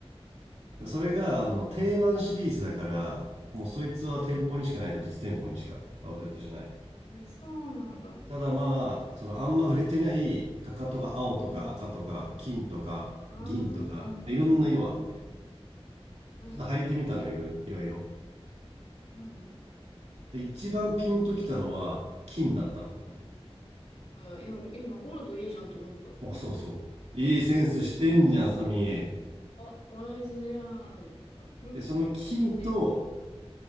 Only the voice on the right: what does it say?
それが、あの、定番シリーズだから、もうそいつは店舗にしかないと、
実店舗にしか。アウトレットじゃない。
ただまあ、そのあんま売れてないかかとが青とか赤とか金とか銀とかいろんな色あって、
ちょっと履いてみたのよいろいろいろ。
で、一番ピンときたのは金だった
の。あ、そうそう。いいセンスしてんじゃん、
サミー。
で、その金と、